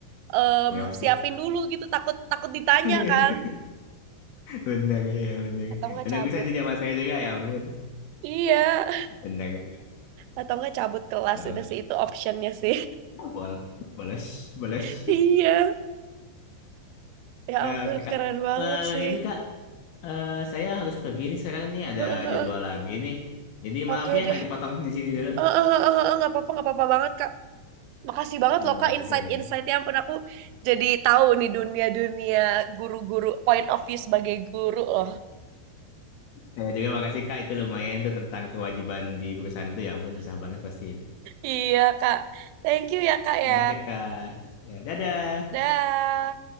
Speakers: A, on the right (about 90°); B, on the left (about 70°).
A: em,
B: Chaos sih.
A: siapin dulu gitu takut takut ditanya
B: <laughs>
A: kan
B: Benar ya benar.
A: atau nggak
B: Benar
A: cabut.
B: bisa itu zaman saya juga ya ampun.
A: Iya.
B: Benar. <laughs>
A: atau enggak cabut kelas
B: Oke.
A: udah sih itu optionnya sih
B: Bol bolos bolos.
A: <laughs>
B: <laughs>
A: iya ya
B: Eh,
A: ampun
B: Oke kak.
A: keren banget
B: Eh,
A: sih
B: ini kak. Eh, saya harus pergi nih sekarang nih ada
A: <laughs>
B: jadwal lagi nih. Jadi maaf
A: oke
B: ya
A: deh
B: harus dipotong di sini dulu.
A: Eh, eh, eh, eh, eh, nggak apa-apa nggak apa-apa banget kak makasih banget
B: Oke.
A: loh kak insight-insightnya Ya ampun aku jadi tahu nih dunia-dunia guru-guru point of view sebagai guru loh
B: Saya juga makasih Kak, itu lumayan tuh tentang kewajiban di perusahaan itu. Ya ampun, susah banget pasti itu.
A: iya kak thank you ya kak
B: Oke
A: ya
B: Kak, ya dadah.
A: dah